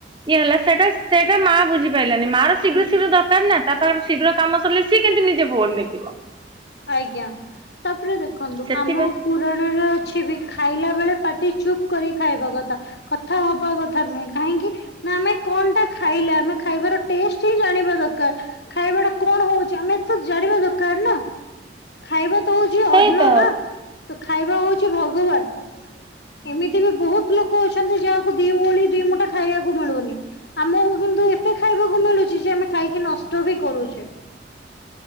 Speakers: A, on the right; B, on the left.
A: ଇଏ ହେଲା ସେଇଟା ସେଇଟା ମା ବୁଝି ପାରିଲାନି ମା ର ଶୀଘ୍ର
B: ହୁଁ
A: ଶୀଘ୍ର ଦରକାର ନା ତା ପାଖରେ ଶୀଘ୍ର କାମ ସିଏ କେିେ ନିଜେ ଭୋନ ଦେଖିବ
B: ଆଜ୍ଞା ତାପରେ ଦେଖନ୍ତୁ
A: ସେଥିପାଇଁ
B: ଆମ ପୁରାଣରେ ଅଛି ବି ଖାଇଲା ବେଳେ ପାଟି ଚୁପ୍ କରି ଖାଇବା କଥା କଥା ହେବା କଥା ନୁହେଁ କାହିଁକି ନା ଆମେ କଣ ଟା ଖାଇଲା ଆମେ ଖାଇବାର ଟେଷ୍ଟ ହିଁ ଜାଣିବା ଦରକାର ର ଖାଇବାଟା କଣ ହଉଛି ଆମେ ତ ଜାଣିବା ଦରକାର ପ ନା ଖାଇବା ହଉଛି
A: ସେଇ
B: ଅନ
A: ତ
B: ନା ଖାଇବା ହଉଛି ଭଗବାନ ଏମିତି ବି ବହୁତ ଲୋକ ଅ ପଛନ୍ତି ଯା ଦିଓଳି ଦ ମଟା ଖାଇବାକୁ ମିଳୁନି ଆମକୁ କିନ୍ତୁ ଏତେ ଖାଇବାକୁ ମିଳୁଛି ଯେ ଆମେ ଖାଇ କି ନଷ୍ଟ ବି କରୁଛେ